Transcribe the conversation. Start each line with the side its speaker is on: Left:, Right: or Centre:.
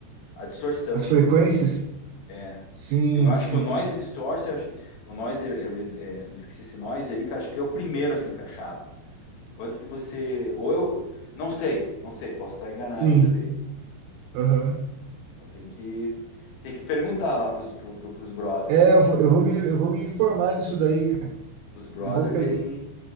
Left: a distorção,
Right: as
Left: entendeu?
Right: frequências?
Left: É.
Right: Sim,
Left: Eu acho
Right: sim,
Left: que o noise
Right: sim.
Left: distorce, eu acho que o noise, é, é, re- é, me esqueci esse noise aí, que eu acho que ele é o primeiro a ser encaixado. Tipo, antes de você, ou eu, não sei, não sei, posso estar enganado
Right: Sim,
Left: também.
Right: aham.
Left: Então tem que tem que perguntar lá pros, pro, pro, pros brothers,
Right: É,
Left: cara.
Right: eu vou, eu vou me, eu vou me informar nisso daí, cara.
Left: Os brothers
Right: Eu vou pegar,
Left: tem,